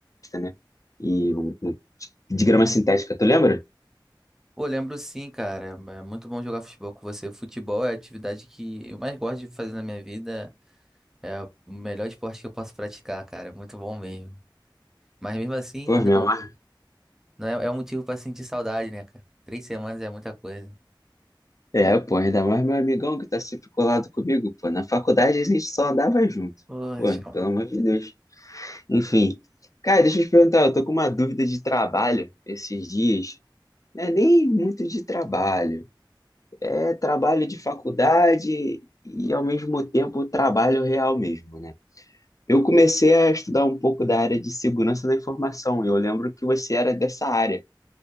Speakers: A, on the left; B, in the centre.
A: né? E um- um- de grama sintética, tu lembra?
B: Pô, lembro sim, cara. É muito bom jogar futebol com você. Futebol é a atividade que eu mais gosto de fazer na minha vida. É o melhor esporte que eu posso praticar, cara. É Muito bom mesmo. Mas mesmo assim,
A: Pô, meu
B: não,
A: amor.
B: não é, é um motivo pra sentir saudade, né, cara? Três semanas é muita coisa.
A: É, pô, ainda mais meu amigão que tá sempre colado comigo, pô. Na faculdade a gente só andava junto.
B: Poxa.
A: Pô, pelo amor de Deus. Enfim. Cara, deixa eu te perguntar, eu tô com uma dúvida de trabalho esses dias. Não é nem muito de trabalho, é trabalho de faculdade e ao mesmo tempo trabalho real mesmo, né? Eu comecei a estudar um pouco da área de segurança da informação. Eu lembro que você era dessa área.